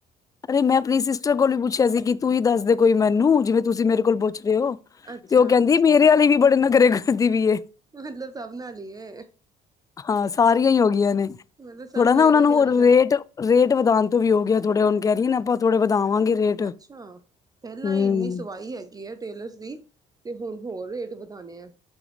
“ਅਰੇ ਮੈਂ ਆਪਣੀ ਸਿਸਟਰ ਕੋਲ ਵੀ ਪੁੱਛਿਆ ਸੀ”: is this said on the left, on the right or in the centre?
Left